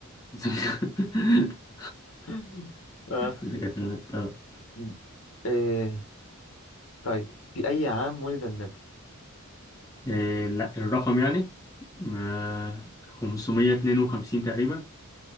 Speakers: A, on the left; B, on the left.
A: <laughs>
B: <laughs> اه
A: زكاة في المال طب
B: م. إيه. طيب في أي عام ولد النبي
A: إيه لا الرقم يعني ما 552 تقريبا